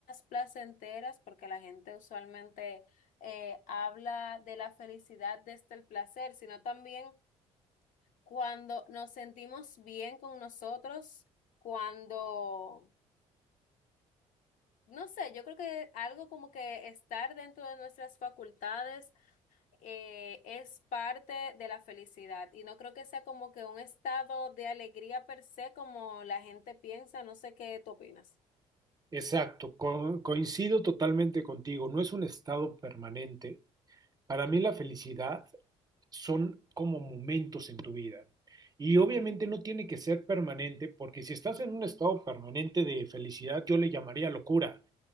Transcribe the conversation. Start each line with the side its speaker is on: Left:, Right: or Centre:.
Left: placenteras, porque la gente usualmente eh, habla de la felicidad desde el placer, sino también cuando nos sentimos bien con nosotros, cuando, no sé, yo creo que algo como que estar dentro de nuestras facultades eh, es parte de la felicidad y no creo que sea como que un estado de alegría per se como la gente piensa, no sé qué tú opinas.
Right: Exacto, co- coincido totalmente contigo, no es un estado permanente, Para mí la felicidad son como momentos en tu vida. Y obviamente no tiene que ser permanente, porque si estás en un estado permanente de felicidad, yo le llamaría locura,